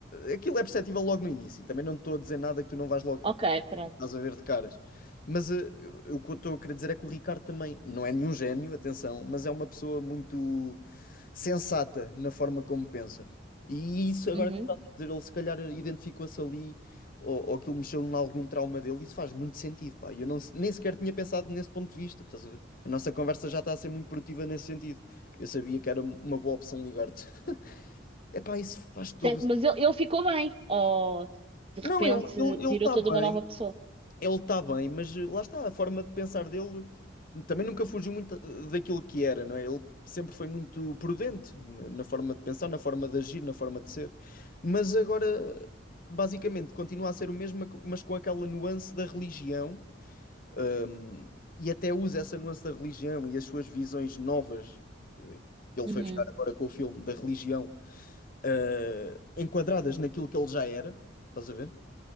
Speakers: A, on the left; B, on the right.
A: aquilo é perceptível logo no início, também não te estou a dizer nada que tu não vais logo,
B: Ok, pronto.
A: estás a ver de caras. Mas eh, o que eu estou a querer dizer é que o Ricardo também não é nenhum gênio, atenção, mas é uma pessoa muito sensata na forma como pensa. E isso agora
B: Uhum.
A: que tu estás a dizer, ele se calhar identificou-se ali, ou, ou aquilo mexeu em algum trauma dele, isso faz muito sentido, pá. Eu não, se- nem sequer tinha pensado nesse ponto de vista, estás a ver? A nossa conversa já está a ser muito produtiva nesse sentido. Eu sabia que era uma boa opção ligar-te. É pá, isso faz todo
B: Certo,
A: o...
B: mas ele, ele ficou bem. Ou de
A: Não,
B: repente
A: ele ele ele
B: virou
A: está
B: toda
A: bem,
B: uma nova pessoa.
A: Ele está bem, mas eh, lá está, a forma de pensar dele também nunca fugiu muito eh, daquilo que era, não é? Ele sempre foi muito prudente na na forma de pensar, na forma de agir, na forma de ser. Mas agora, basicamente, continua a ser o mesmo, mas com aquela nuance da religião, hum, e até usa essa nuance da religião e as suas visões novas, eh, que ele
B: Uhum.
A: foi buscar agora com o filme, da religião, eh, enquadradas naquilo que ele já era, estás a ver?